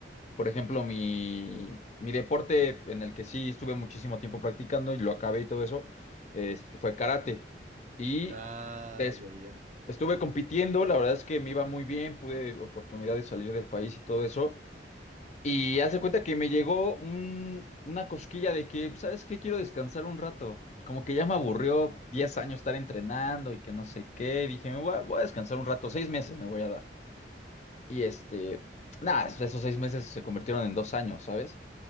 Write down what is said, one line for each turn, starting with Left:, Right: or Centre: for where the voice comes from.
Left: Por ejemplo, mi, mi deporte en el que sí estuve muchísimo tiempo practicando y lo acabé y todo eso, es- fue karate. Y
Right: Ah,
Left: des-
Right: ya, ya.
Left: estuve compitiendo, la verdad es que me iba muy bien, pude oportunidad de salir del país y todo eso. Y haz de cuenta que me llegó un- una cosquilla de que, ¿sabes qué? Quiero descansar un rato. Como que ya me aburrió 10 años estar entrenando y que no sé qué. Dije, me voy a, voy a descansar un rato, seis meses me voy a dar. Y este, nada, esos seis meses se convirtieron en dos años, ¿sabes?